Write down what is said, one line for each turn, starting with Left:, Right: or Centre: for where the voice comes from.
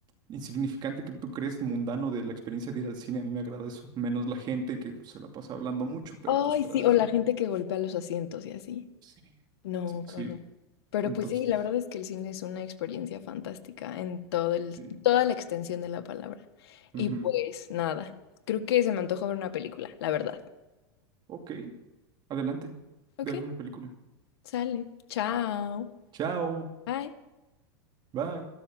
Right: insignificante que tú crees mundano de la experiencia de ir al cine, a mí me agrada eso, menos la gente que se la pasa hablando mucho, pero
Left: Ay,
Right: pues fuera
Left: sí,
Right: de
Left: o
Right: eso,
Left: la gente que golpea los asientos y así.
Right: Sí.
Left: No,
Right: sí, sí,
Left: qué horror. Pero
Right: entonces,
Left: pues sí, la verdad es que el cine es una experiencia fantástica en todo el,
Right: sí.
Left: toda la extensión de la palabra.
Right: Ujú.
Left: Y pues nada, creo que se me antojó ver una película, la verdad.
Right: Ok, adelante,
Left: Ok,
Right: voy a ver una película.
Left: sale. Chao.
Right: Chao,
Left: Bye.
Right: bye.